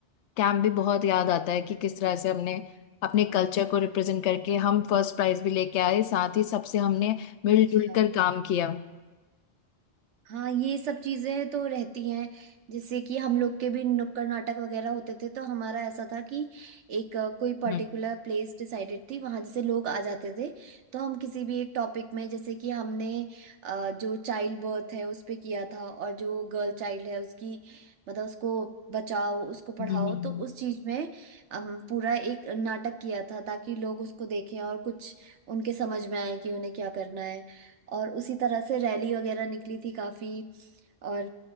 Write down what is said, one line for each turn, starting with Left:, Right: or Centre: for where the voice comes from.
Left: कैंप भी बहुत याद आता है कि किस तरह से हमने अपने कल्चर को रिप्रेजेंट करके हम फर्स्ट प्राइज भी लेके आए साथ ही सबसे हमने मिलजुल
Right: अच्छा
Left: कर काम किया
Right: हाँ ये सब चीजें तो रहती हैं जैसे कि हम लोग के भी नुक्कड़ नाटक वगैरह होते थे तो हमारा ऐसा था कि एक अ, कोई पर्टिकुलर
Left: हम्म,
Right: प्लेस डिसाइडेड थी वहां जैसे लोग आ जाते थे तो हम किसी भी एक टॉपिक में जैसे कि हमने अ, जो चाइल्ड बर्थ है उस पे किया था और जो गर्ल चाइल्ड है उसकी मतलब उसको बचाओ उसको पढ़ाओ
Left: हम्म,
Right: तो उस चीज में हम पूरा एक नाटक किया था ताकि लोग उसको देखें और कुछ उनके समझ में आए कि उन्हें क्या करना है और उसी तरह से रैली वगैरह निकली थी काफी और